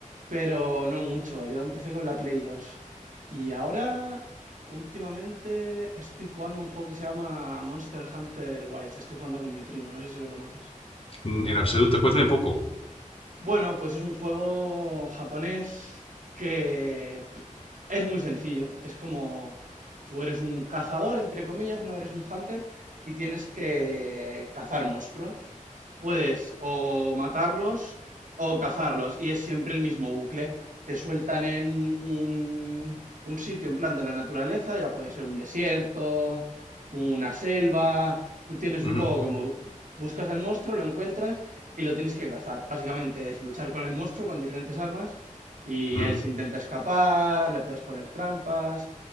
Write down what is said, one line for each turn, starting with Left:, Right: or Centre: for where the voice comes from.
Right: pero no mucho. Yo empecé con la Play 2 y ahora últimamente estoy jugando un juego que se llama Monster Hunter Wilds. Estoy jugando con mi primo, no sé si lo conoces.
Left: Mm. en absoluto. Cuéntame un poco.
Right: Bueno, pues es un juego japonés que pff, es muy sencillo. Es como tú eres un cazador, entre comillas, no eres un hunter y tienes que cazar monstruos. Puedes o matarlos o cazarlos y es siempre el mismo bucle. Te sueltan en un, un sitio en plan de la naturaleza, ya puede ser un desierto, una selva. Tú tienes un
Left: Ujú,
Right: poco como buscas al monstruo, lo encuentras y lo tienes que cazar. Básicamente es luchar con el monstruo con diferentes armas y
Left: ujú,
Right: él se intenta escapar, le puedes poner trampas,